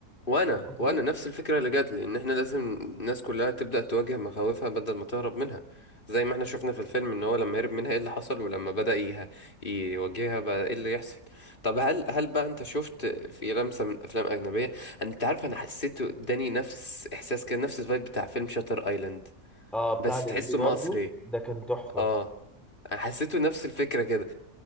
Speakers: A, on the left; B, in the centre.
A: وانا
B: فاهم قصدي؟
A: وانا نفس الفكره اللي جات لي ان احنا لازم الناس كلها تبدا تواجه مخاوفها بدل ما تهرب منها زي ما احنا شفنا في الفيلم ان هو لما هرب منها ايه اللي حصل ولما بدا يه- يواجهها بقى ايه اللي يحصل طب هل هل بقى انت شفت في لمسه من افلام اجنبيه انت عارف انا حسيت اداني نفس احساس كده نفس الفايب بتاع فيلم شاتر ايلاند
B: اه بتاع
A: بس
B: ليوناردو
A: تحسه مصري
B: ده كان تحفه
A: اه أنا حسيته نفس الفكره كده